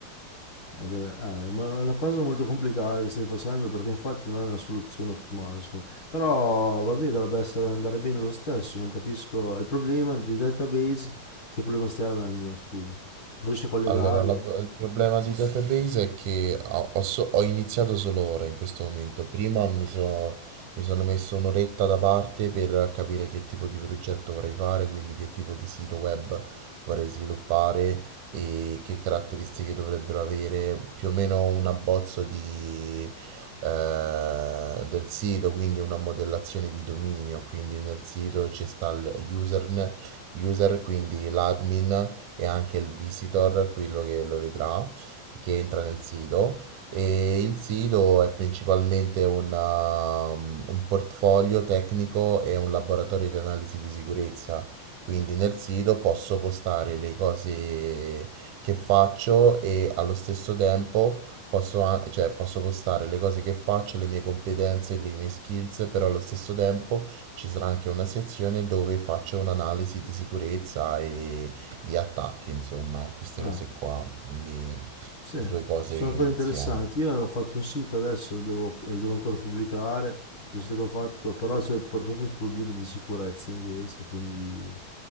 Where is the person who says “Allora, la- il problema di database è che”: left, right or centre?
Right